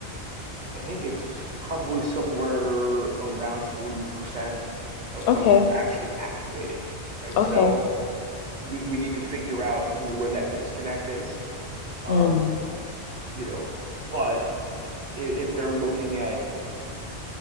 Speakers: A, on the right (about 40°); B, on the left (about 65°).
A: I think it's probably somewhere around 40% of folks
B: Okay.
A: are actually activating, right?
B: Okay.
A: So we, we need to figure out, you know, where that disconnect is. Um,
B: Mm.
A: you know, but i- if they're looking at,